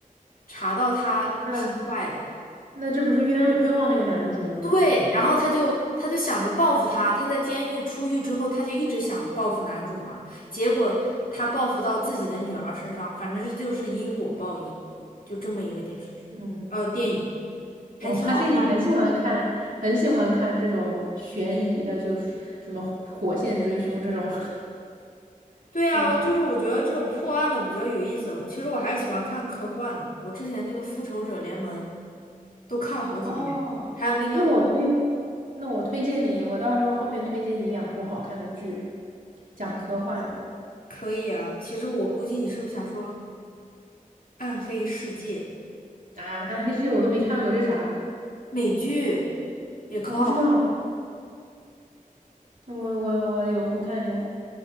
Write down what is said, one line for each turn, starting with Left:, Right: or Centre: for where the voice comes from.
Left: 查到他是坏的，
Right: 那那这不是冤冤枉那个男主了吗？
Left: 对，
Right: 这样的话，
Left: 然后他就他就想着报复他，他在监狱出狱之后，他就一直想报复男主嘛，结果他报复到自己的女儿身上，反正这就是因果报应，就这么一个电视剧，
Right: 嗯。
Left: 呃，电影
Right: 我发现你很喜欢看，
Left: 还挺好看的。
Right: 很喜欢看这种悬疑的，就是什么《火线追凶》这种 <laughs>
Left: 对啊，
Right: 类型的
Left: 就是我觉得这种破案的比较有意思，我其实我还喜欢看科幻的，我之前那个《复仇者联盟》都看了好几遍。
Right: 哦，
Left: 还有那个
Right: 那我推，那我推荐你，我到时候后面推荐你两部好看的剧，讲科幻的
Left: 可以啊，其实我估计你是不是想说暗黑世界，
Right: 啊，《暗黑世界》我都没看过，这啥？
Left: 美剧也可，
Right: 我不知道，那我我我有空看看，